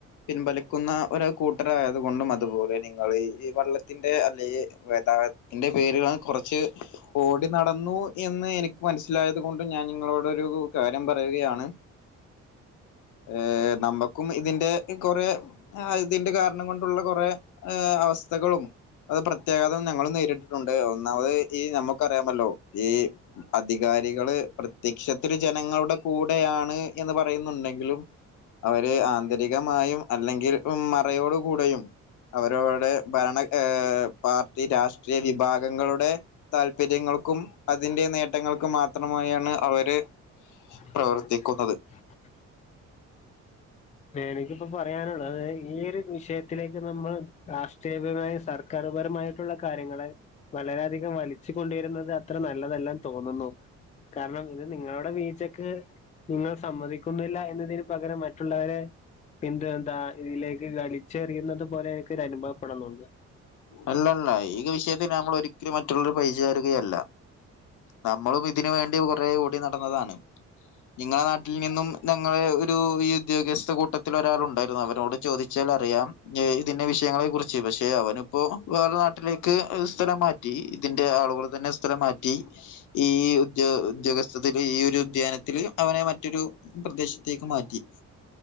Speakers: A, on the left (about 80°); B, on the left (about 25°).
A: പിൻവലിക്കുന്ന ഒരു കൂട്ടരായത് കൊണ്ടും അത് പോലെ നിങ്ങള് ഈ വെള്ളത്തിന്റെ അല്ലെ വെള്ളത്തിന്റെ പേരിലും കോർച്ച് ഓടി നടന്നു എന്ന് എനിക്ക് മനസ്സിലായത് കൊണ്ടും ഞാൻ നിങ്ങളോടൊരു കാര്യം പറയുകയാണ് ഏ നമ്മ ക്കും ഇതിന്റെ കൊറേ ആ ഇതിന്റെ കാരണം കൊണ്ടുള്ള കൊറേ ഹ് അവസ്ഥകളും അ <unintelligible> ഞങ്ങളും നേരിട്ടിട്ടുണ്ട് ഒന്നാമത് ഈ നമ്മക്ക് അറിയാമല്ലോ ഈ അധികാരിക കള് പ്രതെ ക്ഷത്തില് ജനങ്ങളുടെ കൂ ടെയാണ് ന്ന് പറയുന്നുണ്ടെങ്കിലും അവര് ആന്തരികമായും അല്ലെങ്കില് ലും മറയോടുക്കൂടെയും അവരോട് ഭരണ ഏ പാർട്ടി രാഷ്ട്രീയ വിഭാഗങ്ങളുടെ താല്പര്യങ്ങ ക്കും അതിൻ്റെ നേട്ടങ്ങൾക്ക് മാത്ര മായാണ് അവര്
B: <unintelligible>
A: പ്രവർത്തിക്കുന്നത്
B: വേണെങ്കി പ്പം കൊറേ ആണ് ഉള്ളത് ഈ ഒരു വിഷയത്തിലേക്ക് നമ്മൾ രാഷ്ട്രീയഭരമായ സർക്കാരുഭരമായിട്ടുള്ള കാര്യങ്ങളെ വളരാൻ അധികം വലിച്ചുകൊണ്ടിരുന്നത് അത്ര ന നല്ലതല്ലന്ന് തോന്നുന്നു കാരണം ഇനി നിങ്ങളുടെ വീചക്ക് നിങ്ങൾ സമ്മതിക്കുന്നില്ല എന്നതിന് പകരം മ റ്റുള്ളവരെ പിന്ത് എന്താ ഇതിലേക്ക് കളിച്ചെറിയുന്നത് പോലെയെക്കെ എനിക്ക് അനുഭവപ്പെടുന്നുണ്ട്.
A: അല്ല അല്ല ഈ വിഷയത്തിന് നമ്മള് ഒരിക്കലും മറ്റുള്ളവരെ പഴിചാരുകയല്ല. നമ്മളും ഇതിന് വേണ്ടി കുറേ ഒ ഓടി നടന്നതാണ് നിങ്ങടെ നാ ട്ടി നിന്നും ഞങ്ങള് ഒരു വി ഉദ്യോഗസ്ഥ കൂട്ടത്തിലൊരാളുണ്ടായിരുന്നു അവനോട് ചോദിച്ചാൽ അറിയാം ഇതിൻ്റെ വിഷയങ്ങളെ കുറിച്ച് പക്ഷെ അവനും ഇപ്പൊ വേറെ നാട്ടിലേക്ക് സ്ഥലം മാറ്റി ഇതിൻ്റെ ആളുകള് തന്നെ സ്ഥലം മാറ്റി ഈ ഉദ്യോ ഉദ്യോഗസ്ഥില് ഈ ഒരു അധ്യാനത്തില് അവനെ മറ്റൊരു പ്രദേശത്തേക്ക് മാറ്റി